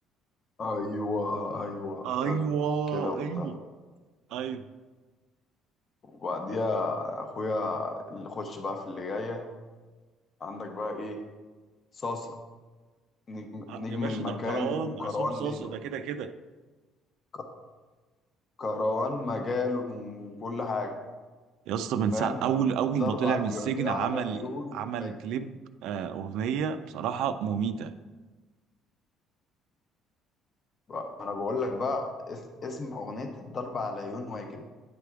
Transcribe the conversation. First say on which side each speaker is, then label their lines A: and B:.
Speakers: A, on the left (about 30°); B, on the right (about 75°).
A: ايوه ايوه
B: ايوه
A: فاهم كده وبتاع
B: ايوه ايوه
A: وبعديها اخويا اللي خش بقى في اللي جايه عندك بقى ايه صاصه نجم,
B: ه-
A: نجم
B: يا باشا
A: المكان
B: ده الكروان
A: وكروان
B: عصام صاصا
A: ليله
B: ده كده كده
A: ك- كروان مجاله وكل حاجه
B: يا اسطى من
A: فاهم
B: ساعه اول اول
A: ضرب
B: ما طلع
A: على
B: من
A: اليو-
B: السجن
A: على
B: عمل
A: العيون
B: عمل
A: واجب
B: كليب آه، اغنيه بصراحه مميته
A: بقى- ما انا بقول لك بقى اس- اسم اغنيه الضرب على العيون واجب